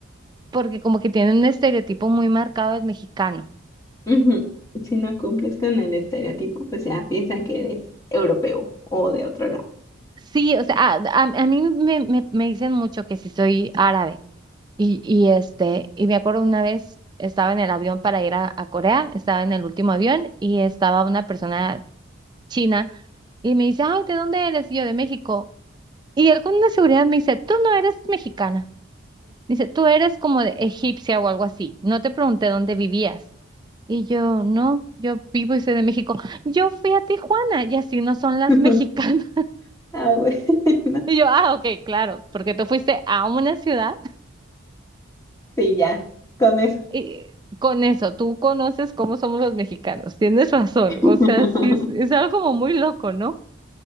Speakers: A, on the right; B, on the left.
A: porque como que tienen un estereotipo muy marcado del mexicano.
B: ujú. Si no cumples con el estereotipo, pues ya piensan que eres europeo o de otro lado.
A: Sí, o sea, a, a- a mí me, me- me dicen mucho que si soy árabe. Y, y este, y me acuerdo una vez estaba en el avión para ir a, a Corea, estaba en el último avión y estaba una persona china y me dice, ay, ¿de dónde eres? Y yo, de México. Y él con una seguridad me dice, tú no eres mexicana. Dice, tú eres como de egipcia o algo así. No te pregunté dónde vivías. Y yo, no, yo vivo y soy de México. Yo fui a Tijuana y así no son las
B: <laughs>
A: <laughs> mexicanas.
B: Ah, bueno,
A: Y yo, ah, ok, claro, porque tú fuiste a una ciudad
B: sí, ya, con eso.
A: y con eso, tú conoces cómo somos los mexicanos, tienes razón,
B: <laughs>
A: o sea, sí, es, es algo como muy loco, ¿no?